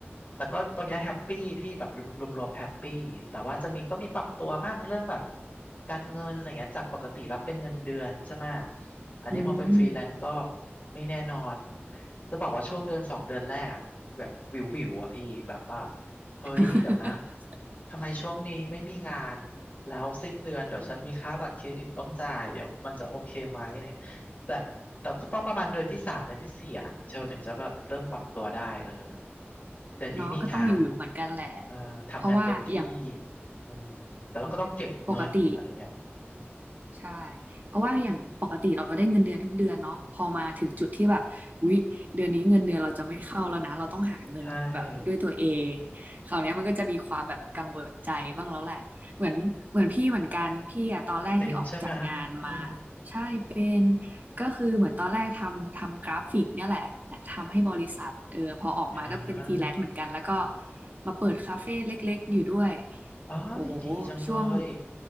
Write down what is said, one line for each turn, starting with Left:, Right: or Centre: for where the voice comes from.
Left: แต่ก็ตอนเนี้ยแฮปปี้พี่แบบรวมรวมแฮปปี้แต่ว่าจะมีก็มีปรับตัวมั่งเรื่องแบบการเงินอะไรเงี้ยจากปกติรับเป็นเงินเดือนใช่ไหมะอันนี้พอเป็นฟรีแลนซ์ก็
Right: อืม
Left: ไม่แน่นอนจะบอกว่าช่วงเดือนสองเดือนแรกอะแบบวิววิวอะพี่แบบว่าเฮ้ยเดี๋ยวนะ
Right: <laughs>
Left: ทำไมช่วงนี้ไม่มีงาน แล้วสิ้นเดือนเดี๋ยวฉันมีค่าบัตรเครดิตต้องจ่ายเดี๋ยวมันจะโอเคไหมอะไรเงี้ยแต่แต่ต้องประมาณเดือนที่สามเดือนที่สี่อ่ะเชลถึงจะแบบเริ่มปรับตัวได้เออ
Right: อืม
Left: เดือนนี้มีงาน
Right: เนาะก็ต้องวิวๆเหมือนกันแหละ
Left: เออทำงานเต็มที่
Right: เพราะว่าอย่าง
Left: อืมแต่เราก็ต้องเก็บเงินอะไรเงี้ยอืม
Right: อืมปกติ ใช่เพราะว่าอย่างปกติเราได้เงินเดือนทุกเดือนเนาะพอมาถึงจุดที่แบบอุ๊ยเดือนนี้เงินเดือนเราจะไม่เข้าแล้วนะเราต้องหาเงินแบบด้วยตัวเอง
Left: ใช่
Right: คราวเนี้ยมันก็จะมีความแบบกังวลใจบ้างแล้วแหละเหมือนเหมือนพี่เหมือนกัน พี่อะตอนแรกที่ออกจากงานมา
Left: เป็นใช่ไหมอืม
Right: ใช่เป็น ก็คือเหมือนตอนแรกทำทำกราฟิกเนี่ยแหละแต่ทำให้บริษัทเออพอออกมาก็เป็นฟรีแลนซ์เหมือนกันแล้วก็
Left: อ่า
Right: มาเปิดคาเฟ่เล็กๆอยู่ด้วย
Left: อ๋อยดีจังเลย
Right: โอ้ช่วง